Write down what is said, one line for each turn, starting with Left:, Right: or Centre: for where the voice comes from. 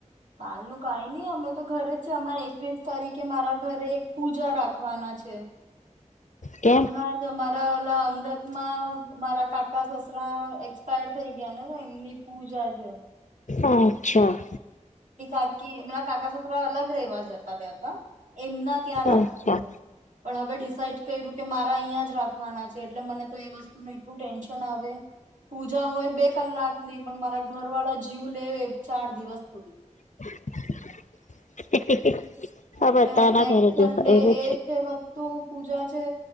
Right: હાલનું કઈ નહી અમે તો ઘરે જ છે હમણાં એકવીસ તારીખે મારા ઘરે એક પૂજા રાખવાના છે.
Left: કેમ
Right: હમણાં જ અમારા ઓલા અં રતમાં મારા કાકા સસરા એક્સપાયર થઈ ગયા ને તો એમની પૂજા છે.
Left: અચ્છા.
Right: મારી કાકી ના કાકા સસરા અલગ રેવા જતા રયાતા. એમના ત્યાં રાખજો
Left: અચ્છા
Right: પણ હવે ડિસાઇડ કર્યું કે મારા અહીંયા જ રાખવાના છે એટલે મને તો એ વસ્તુનુ એટલું ટેન્શન આવે. પૂજા હોય બે કલાકની પણ મારા ઘરવાળા જીવ લેવે ચાર દિવસ સુધી.
Left: <inaudible> આ
Right: એટલે
Left: બધાના
Right: હવે નેક્સ્ટ
Left: ઘરે જશે
Right: સન્ડે
Left: એવું
Right: એ છે વસ્તુ પૂજા છે